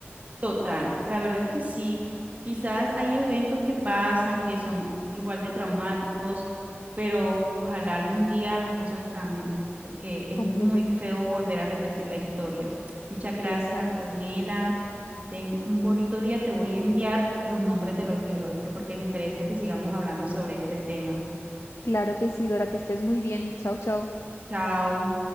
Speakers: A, on the right (about 35°); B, on the left (about 75°).
A: Total, la verdad es que sí. Quizás hay eventos que pasan que son igual de traumáticos, pero ojalá algún día las cosas cambien, porque es
B: completamente.
A: muy feo volver a repetir la historia. Muchas gracias,
B: Exacto.
A: Antonella. Ten un bonito día. Te voy a enviar los nombres de los libros, ¿viste? Porque me interesa que sigamos hablando sobre este tema.
B: Claro que sí, Dora, que estés muy bien. Chao, chao.
A: Chao.